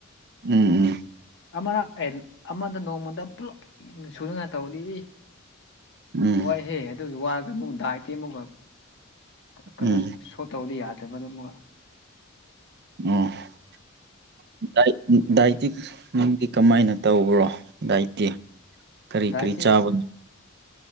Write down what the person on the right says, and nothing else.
ꯎꯝ ꯎꯝ
ꯎꯝ
ꯎꯝ ꯎꯝ
ꯎꯝꯥꯏ ꯗꯥꯏꯇꯤ ꯅꯪꯗꯤ ꯀꯃꯥꯏꯅ ꯇꯧꯕ꯭ꯔꯣ ꯗꯥꯏꯇꯤ ꯀꯔꯤ
ꯀꯔꯤ ꯆꯥꯕꯅꯣ